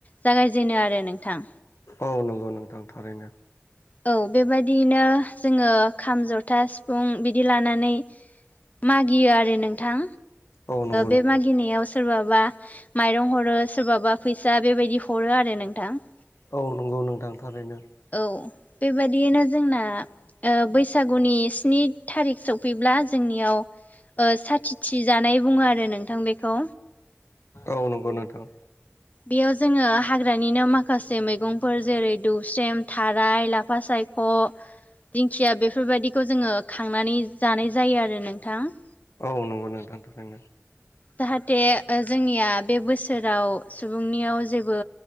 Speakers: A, on the left; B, on the left.
A: जागायजेनो आरो नोंथां।
B: औ नंगौ नोंथां थारैनो।
A: औ, बेबायदियैनो जोङो खाम जथा सिफुं बिदि लानानै मागियो आरो नोंथां
B: औ नंगौ
A: बे
B: नोंथां
A: ओ मागिनायाव
B: थारैनो
A: सोरबाबा माइरं हरो सोरबाबा फैसा बेबायदि हरो आरो नोंथां।
B: औ नंगौ नोंथां थारैनो।
A: औ बेबादियैनो जोंना ओ बैसागुनि स्नि थारिख सफैब्ला जोंनियाव ओ साथिथि जानाय बुङो आरो नोंथां बेखौ।
B: औ नंगौ नोंथां।
A: बेयाव जोङो हाग्रानिनो माखासे मैगंफोर जेरै दौस्रेम थाराय ला फा सायख' दिंखिया बेफोरबायदिखौ जोङो खांनानै जानाय जायो आरो नोंथां।
B: औ नंगौ नोंथां थारैनो।
A: जाहाटे ओ जोंनिया बे बोसोराव सुबुंनियाव जेबो